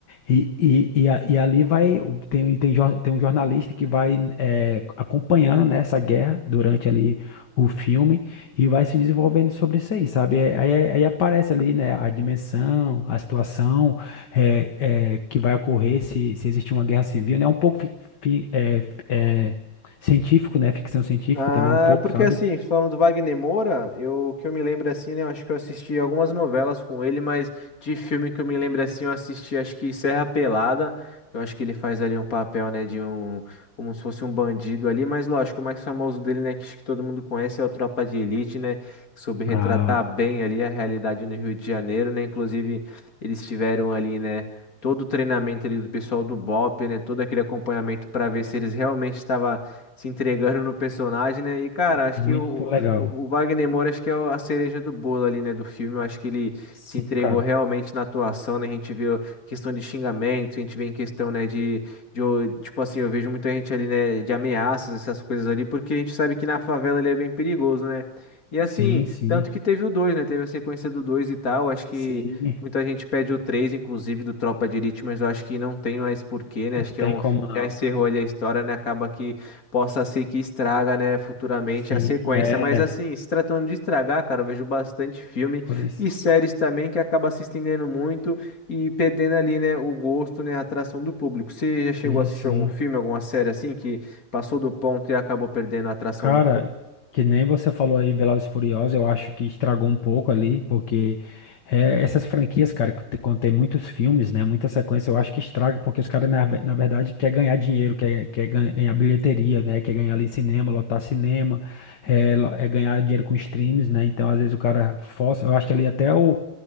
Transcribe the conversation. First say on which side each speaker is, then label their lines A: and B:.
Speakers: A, on the left; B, on the left.
A: e, e, e, a- e ali vai, tem, tem, jor- tem um jornalista que vai é, acompanhando, né, essa guerra durante ali o filme, e vai se desenvolvendo sobre isso aí, sabe? É, Aí, aí aparece ali, né, a dimensão, a situação é, é, que vai ocorrer se, se existir uma guerra civil, né? É um pouco fi- fi- é, fi- é, científico, né? Ficção científica
B: Ah,
A: também um pouco,
B: é porque
A: sabe?
B: assim, falando do Wagner Moura, eu que eu me lembro assim, né? Eu acho que eu assisti algumas novelas com ele, mas de filme que eu me lembro assim, eu assisti acho que Serra Pelada. Eu acho que ele faz ali um papel, né, de um, como se fosse um bandido ali, mas lógico, o mais famoso dele, né, que acho que todo mundo conhece é o Tropa de Elite, né, que soube retratar
A: Ah,
B: bem ali a realidade no Rio de Janeiro, né? Inclusive, eles tiveram ali, né, todo o treinamento ali do pessoal do BOPE, né, todo aquele acompanhamento para ver se eles realmente estavam se entregando no personagem, né? E, cara,
A: é
B: acho
A: muito
B: que o,
A: legal.
B: o, o Wagner Moura, acho que é o- a cereja do bolo ali, né, do filme. Eu acho que ele
A: Sim,
B: se entregou
A: cara.
B: realmente na atuação, né? A gente vê questão de xingamento, a gente vê em questão, né, de, de, o- tipo assim, eu vejo muita gente ali, né, de ameaças, essas coisas ali, porque a gente sabe que na favela ali é bem perigoso, né? E assim,
A: Sim, sim,
B: tanto que teve o 2, né? Teve a sequência do 2 e tal. Acho que
A: sim.
B: muita gente pede o 3, inclusive, do Tropa de Elite, mas eu acho que não tem mais porquê, né?
A: Não
B: Acho que
A: tem
B: é um.
A: como não.
B: Já encerrou ali a história, né? Acaba que possa ser que estraga, né, futuramente
A: Sim,
B: a sequência.
A: é.
B: Mas assim, se tratando de estragar, cara, eu vejo bastante filme
A: Por isso.
B: e séries também que acaba se estendendo muito e perdendo ali, né, o gosto, né, a atração do público. Você já chegou
A: Sim,
B: a assistir
A: sim.
B: algum filme, alguma série assim que passou do ponto e acabou perdendo a atração
A: Cara,
B: do público?
A: que nem você falou aí, Velozes e Furiosos, eu acho que estragou um pouco ali, porque é, essas franquias, cara, que te- quando tem muitos filmes, né, muita sequência, eu acho que estraga, porque os caras, na, ve- na verdade, quer ganhar dinheiro, quer, quer gan- ganhar bilheteria, né, quer ganhar ali cinema, lotar cinema, é, lo- é ganhar dinheiro com streams, né, então às vezes o cara força, eu acho que ali até o,